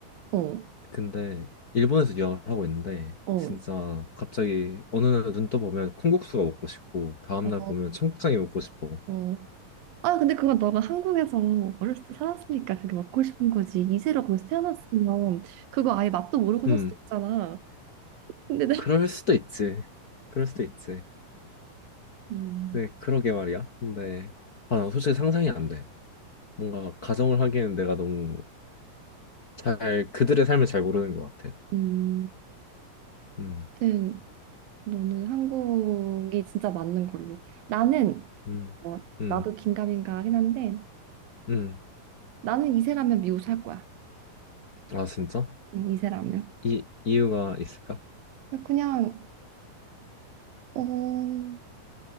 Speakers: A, on the right; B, on the left.
A: 어,
B: 근데 일본에서 유학을 하고 있는데
A: 어,
B: 진짜 갑자기 어느 날 눈 떠보면 콩국수가 먹고 싶고 다음날
A: 어,
B: 보면 청국장이 먹고 싶어.
A: 어. 아, 근데 그건 너가 한국에서 어렸을 때 살았으니까 그게 먹고 싶은 거지. 이세로 거기서 태어났으면 그거 아예 맛도 모르고
B: 음,
A: 살 수도 있잖아. 근데 내,
B: 그럴 수도 있지. 그럴 수도 있지.
A: 음,
B: 네, 그러게 말이야. 근데 아, 나 솔직히 상상이 안 돼. 뭔가 가정을 하기에는 내가 너무 잘 그들의 삶을 잘 모르는 것 같아.
A: 음,
B: 음,
A: 하여튼 너는 한국이 진짜 맞는 걸로. 나는,
B: 음,
A: 뭐,
B: 음,
A: 나도 긴가민가 하긴 한데
B: 음.
A: 나는 이세라면 미국 살 거야.
B: 아, 진짜?
A: 음, 이 사람이요.
B: 이 이유가 있을까?
A: 아, 그냥 어